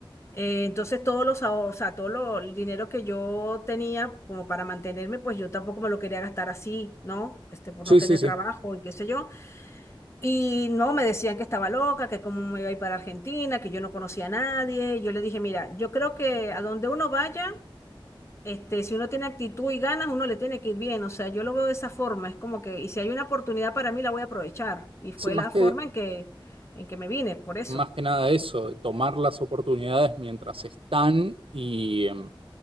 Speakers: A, on the left; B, on the right.
A: Eh, entonces todos los, ahor- o sea, todo lo- el dinero que yo tenía como para mantenerme, pues yo tampoco me lo quería gastar así, ¿no? Este, por
B: sí,
A: no tener
B: sí, sí.
A: trabajo y qué sé yo. Y no, me decían que estaba loca, que cómo me iba a ir para Argentina, que yo no conocía a nadie. Yo le dije, mira, yo creo que a donde uno vaya, este, si uno tiene actitud y ganas, uno le tiene que ir bien. O sea, yo lo veo de esa forma. Es como que, y si hay una oportunidad para mí, la voy a aprovechar. Y fue
B: Sí, más
A: la
B: que,
A: forma en que, en que me vine, por eso.
B: más que nada eso, tomar las oportunidades mientras están y, em,